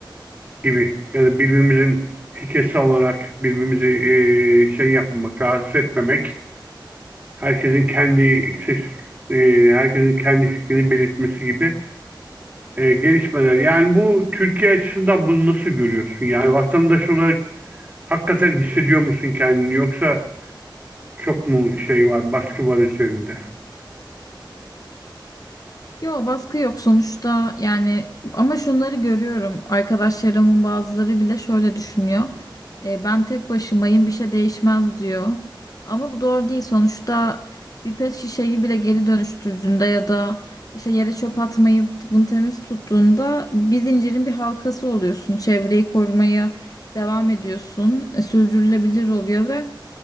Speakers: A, on the right; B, on the left.
A: gibi ya da birbirimizin fikirsel olarak birbirimizi eee, şey yapmamak, rahatsız etmemek, herkesin kendi ses, eee, herkesin kendi fikrini belirtmesi gibi e, gelişmeler. Yani bu Türkiye açısından bunu nasıl görüyorsun? Yani vatandaş olarak hakikaten hissediyor musun kendini yoksa çok mu şey var, baskı var üzerinde?
B: Yo baskı yok sonuçta yani ama şunları görüyorum arkadaşlarımın bazıları bile şöyle düşünüyor E, ben tek başımayım bir şey değişmez diyor ama bu doğru değil sonuçta bir pet şişeyi bile geri dönüştürdüğünde ya da işte yere çöp atmayıp bunu temiz tuttuğunda bir zincirin bir halkası oluyorsun çevreyi korumaya devam ediyorsun E, sürdürülebilir oluyor ve